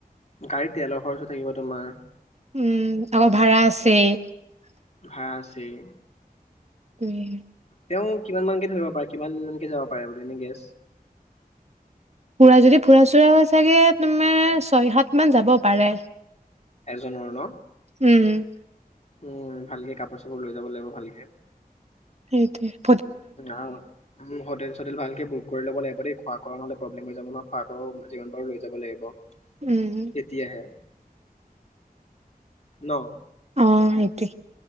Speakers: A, on the left (about 45°); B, on the right (about 45°).
A: গাড়ীত তেলৰ খৰচো থাকিব তোমাৰ
B: উম আকৌ <unintelligible>
A: ভাৰা আছেই
B: উম
A: তেওঁ কিমান মানকে ধৰিব পাৰে কিমান মানকে যাব পাৰে এনি গেছট
B: ফুৰা যদি ফুৰা চুৰা হৈ চাগে তোমাৰ ছয় সাত মান যাব পাৰে
A: এজনৰ ন
B: উম
A: উম ভালকে কাপোৰ চাপোৰ লৈ যাব লাগিব ভালকে
B: সেইটোৱ
A: অ হোটেল চোটেল ভালকে বুক কৰি ল'ব লাগিব গতিকে খোৱা কৰা মানে প্ৰব্লেম হৈ যাব ন তাকো জিমান পাৰো লৈ যাব লাগিব
B: উম
A: তেতিয়াহে ন
B: অঁঃ সেইটো